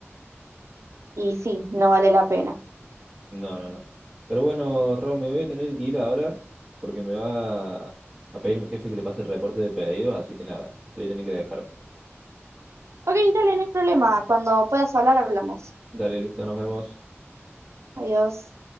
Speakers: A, on the right; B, on the right.
A: Y sí, no vale la pena.
B: No, no, no. Pero bueno, Ron, me voy a tener que ir ahora porque me va a pedir mi jefe que le pase el reporte de pedidos, así que nada, te voy a tener que dejar.
A: Ok, dale, no hay problema. Cuando puedas hablar, hablamos.
B: Dale, listo, nos vemos.
A: Adiós.